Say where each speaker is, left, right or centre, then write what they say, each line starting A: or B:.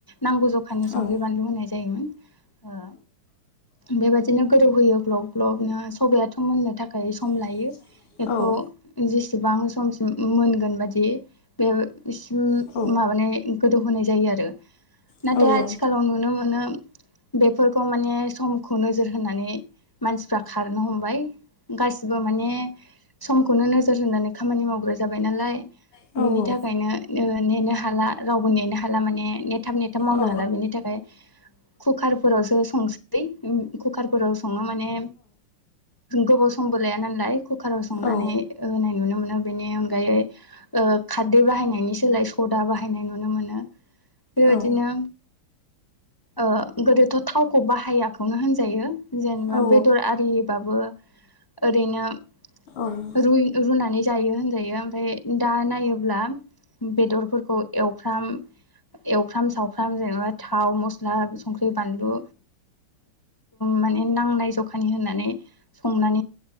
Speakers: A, on the left; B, on the left.
A: नांगौ जखानि
B: थावनो
A: संख्रै बानलु होनाय जायोमोन। ओ बेबायदिनो गोदौ होयो ग्लब ग्लब सबायाथ' मोननो थाखाय थाखाय सम
B: थाखाय
A: लायो
B: संनाय
A: बेखौ
B: औ
A: जेसेबां समसिम मोनगोन बादि बिसिम
B: औ
A: माबानाय गोदौहोनाय जायो आरो नाथाय
B: जायो आरो औ
A: आथिखालाव नुनो मोनो बेफोरखौ माने सम खौ नोजोर होनानै मानसिफ्रा खारनो हमबाय गासिबो माने समखौनो नोजोर होनानै खामानि मावग्रा जाबाय नालाय
B: मावग्रा
A: बिनि थाखायनो नेनो हाला रावबो नेनो हाला माने नेथाब नेथाब मावनो
B: औ
A: हाला बेनि थाखाय कुकारफोरावसो संसै कुकारफोराव माने गोबाव समबो लाया नालाय कुकार संनानै
B: औ
A: मोननि अनायै खारै बाहायनायनि सोलाय सदा बाहायनाय नुनो मोनो बेबायदिनो
B: औ
A: ओ गोदोथ' थावखौ बाहायाखौनो होनजायो जेनेबा
B: औ
A: बेदर आरिबाबो ओरैनो
B: औ
A: रुनानै जायो होनजायो ओमफ्राय दा नायोब्ला बेदरफोरखौ एवफ्राम एवफ्राम सावफ्राम जेनेबा थाव मस्ला संख्रि बानलु मानि नांनाय जखानि होनानै संनानै